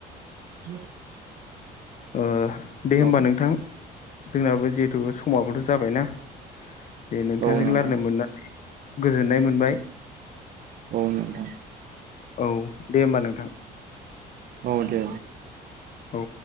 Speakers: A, on the right (about 60°); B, on the left (about 45°).
A: <inaudible>
B: ओ दे होमबा
A: औ
B: नोंथां जोंनाबो जे थ' समाबोथ' जाबायना जे नोंथांजों
A: औ नोंथां
B: रायनो मोननाय गोजोननाय मोनबाय।
A: औ नोंथां।
B: औ। दे होमबा नोंथां।
A: औ दे।
B: औ।